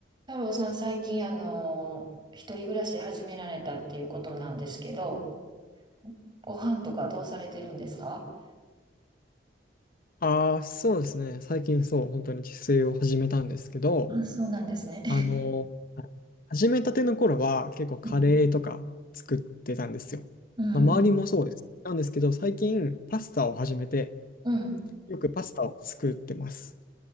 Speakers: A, on the right (about 25°); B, on the left (about 50°).
A: 太郎さん、最近、あの、一人暮らし始められたっていうことなんですけど、ご飯とかどうされてるんですか
B: ああ、そうですね。最近そう、本当に自炊を始めたんですけど、
A: あ、そうなんですね。
B: あの、はい始めたての頃は結構カレーとか作ってたんですよ。
A: <laughs> うん、うん、
B: まあ、周りもそうです。なんですけど、最近パスタを始めて、
A: うん。
B: よくパスタを作ってます。